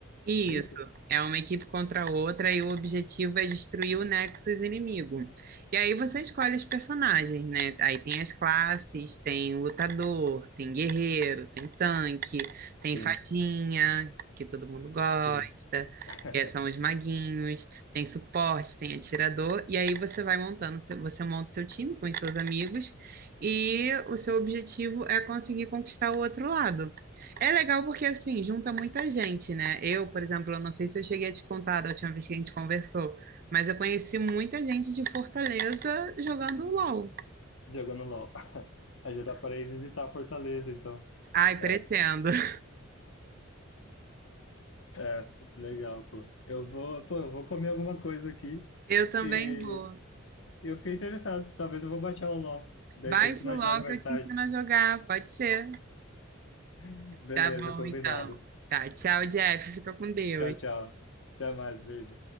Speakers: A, on the right; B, on the left.
A: Isso,
B: é isso?
A: é uma equipe contra a outra e o objetivo é destruir o Nexus inimigo. E aí você escolhe os personagens, né? Aí tem as classes, tem lutador, tem guerreiro, tem tanque, tem
B: Sim.
A: fadinha, que todo mundo gosta,
B: Sim, <laughs>
A: que são os maguinhos, tem suporte, tem atirador, e aí você vai montando, seu- você monta o seu time com os seus amigos e o seu objetivo é conseguir conquistar o outro lado. É legal porque, assim, junta muita gente, né? Eu, por exemplo, eu não sei se eu cheguei a te contar da última vez que a gente conversou, mas eu conheci muita gente de Fortaleza jogando LOL.
B: jogando LOL. <laughs> Aí já dá para ir visitar Fortaleza, então.
A: Ai,
B: É,
A: pretendo. <laughs>
B: é, legal, pô. Eu vou, pô, eu vou comer alguma coisa aqui
A: Eu também
B: e
A: vou.
B: eu fiquei interessado. Talvez eu vou baixar o LOL. De repente
A: Baixa
B: nós
A: o LOL
B: jogamos mais
A: que eu te
B: tarde.
A: ensino a jogar, pode ser?
B: <laughs> Beleza,
A: Tá bom,
B: combinado.
A: então. Tá, tchau, Jeff. Fica com Deus.
B: Tchau, tchau. Até mais, beijo.